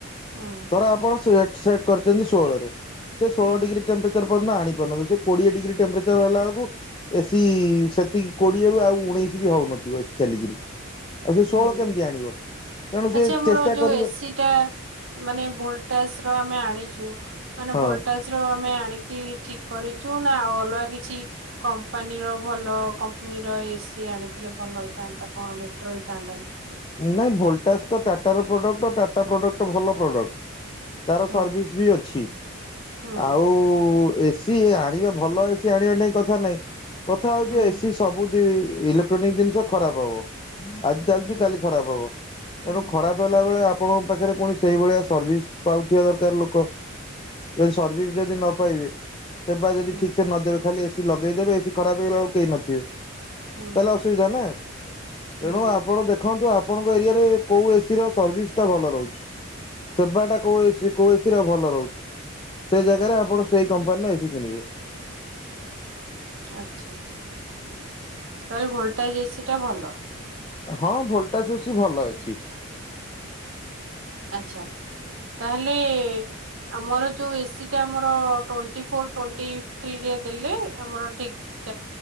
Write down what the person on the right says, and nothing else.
ହୁଁ
ହୁଁ
ହୁଁ
ଆଚ୍ଛା ଆମର
ଯୋଉ
ଏସି ଟା ମାନେ ଭୋଲଟେଜ ର ଆମେ ଆଣିଛୁ- ମାନେ
ଭୋଲଟେଜ ର ଆମେ ଆଣିକି ଠିକ- କରିଛୁ ନା ଆଉ ଅଲଗା କିଛି କମ୍ପାନୀର ଭଲ କମ୍ପାନୀର ଏସିି ଆଣିଥିଲେ ଭଲ ହେଇଥାନ୍ତା କଣ- ରହିଥାନ୍ତା।
ହୁଁ
ହୁଁ
ହୁଁ
ହୁଁ
ହୁଁ
ହୁଁ
ହୁଁ
ଆଛା ତାହଲେ ଭୋଲଟା ଯେ ସେଟା ଭଲ-
ଆଛା ତାହେଲେ ଆମର ଯୋଉ ଏସି ଟା ଆମର ଟଣ୍ଟି ଫୋର ଟଣ୍ଟି ଥରେ ଦେଲେ ଆମର ଠିକ-